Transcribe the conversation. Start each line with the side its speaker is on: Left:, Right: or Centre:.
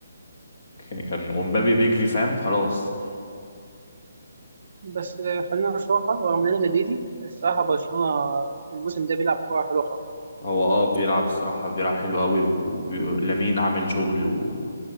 Left: يعني كان ومبابي بيجري فاهم خلاص
Right: بس آه، خلينا نشوفها رغم ان انا مدريدي الصراحه برشلونه الموسم ده بيلعب كوره حلوه خالص
Left: هو اه بيلعب الصراحة بيلعب حلو قوي ولامين عامل شغل و...